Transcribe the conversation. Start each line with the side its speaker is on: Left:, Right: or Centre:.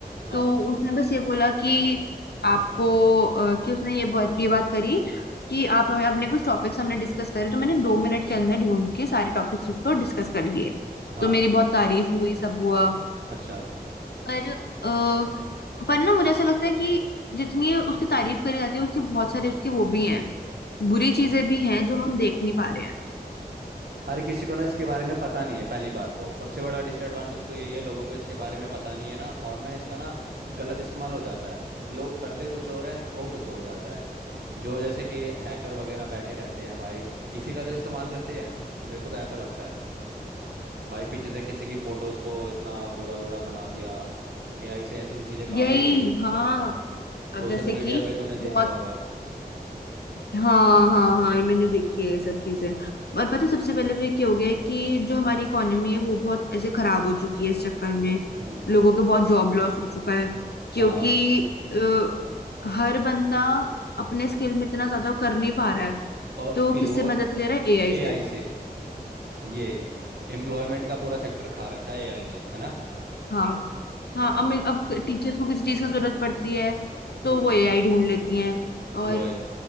Right: हाँ
Left: तो उसने बस ये बोला कि आपको अ, कि उसने ये बात ये बात करी कि आप हमें अपने कुछ टॉपिक्स हमने डिस्कस करे तो मैंने दो मिनट के अंदर ढूंढ के सारे टॉपिक्स उसको डिस्कस कर लिए
Right: हाँ
Left: तो मेरी बहुत तारीफ हुई सब हुआ
Right: अच्छा
Left: पर अ, पर ना मुझे ऐसा लगता है कि जितनी ये उसकी तारीफ करी
Right: हम्म।
Left: जाती है उसके बहुत सारे उसके वो भी हैं बुरी चीजें भी हैं जो हम देख नहीं पा रहे हैं
Right: हर किसी को ना इसके बारे में पता नहीं है पहली बात तो सबसे बड़ा डिसएडवांटेज तो यही है लोगों को इसके बारे में पता नहीं है ना और ना इसका ना गलत इस्तेमाल हो जाता है लोग करते कुछ और है हो कुछ और जाता है जो जैसे कि हैकर वगैरह बैठे रहते हैं भाई इसी का तो इस्तेमाल करते हैं मेरे को तो ऐसा लगता है भाई पीछे से किसी की फोटोज को इतना बुरा बुरा बना दिया एआई से ऐसी ऐसी चीज़ें काफ़ी
Left: यही
Right: हो रही है
Left: हाँ अब
Right: सोशल
Left: जैसे कि
Right: मीडिया पे तूने
Left: बहुत
Right: देखा होगा
Left: हाँ हाँ हाँ ये मैंने देखी है ये सब चीजें और पता है सबसे पहले तो ये क्या हो गया है कि जो हमारी इकोनॉमी है वो बहुत ऐसे खराब हो चुकी है इस चक्कर में
Right: हम्म
Left: लोगों के बहुत जॉब लॉस हो चुका है क्योंकि
Right: हाँ
Left: अ, हर बंदा अपने स्किल में इतना ज्यादा कर नहीं पा रहा है
Right: और
Left: तो
Right: फिर
Left: किससे
Right: वो
Left: मदद ले रहा है एआई
Right: एआई
Left: से
Right: से ये एम्प्लॉयमेंट का पूरा सेक्टर खा रखा है एआई ने है ना
Left: हाँ हाँ
Right: हाँ
Left: अब मे- अब टीचर्स को किसी चीज की जरूरत पड़ती है तो
Right: हम्म
Left: वो एआई ढूंढ लेती हैं और
Right: वो है